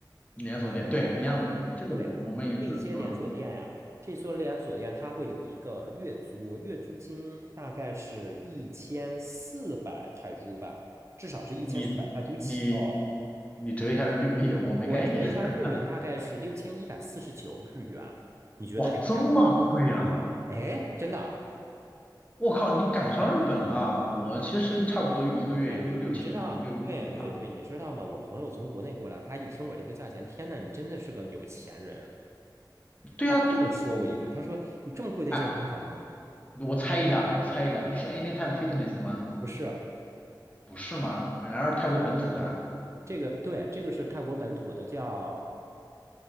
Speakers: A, on the left (about 20°); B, on the right (about 40°).
A: 连锁店，对，一样的，
B: 啊，
A: 这个我我们也是，
B: 对，那一些连锁店呀、
A: 嗯。
B: 这所连锁店它会有一个月租，月租金大概是一千四百泰铢吧，至少是一千四百泰铢起哦。
A: 你你你折一下人民币，我没概念。
B: 我折一下日元，
A: <laughs>
B: 大概是六千一百四十九日元。你觉得这个价钱？
A: 哇，这么贵啊！
B: 哎，真的啊？
A: 我靠，你赶上日本了。我其实差不多一个月也就六千六千五吧。
B: 哎，你知道？对对对，你知道吗？我朋友从国内过来，他一听我这个价钱，天呐，你真的是个有钱人。
A: 对啊，
B: 他就说我一句，
A: 就就
B: 他说你这么贵的健身房
A: 哎，我猜一下，我猜一下，是 Anytime Fitness 吗？
B: 不是？
A: 不是吗？啊然而泰国本土的，
B: 这个对，这个是泰国本土的，叫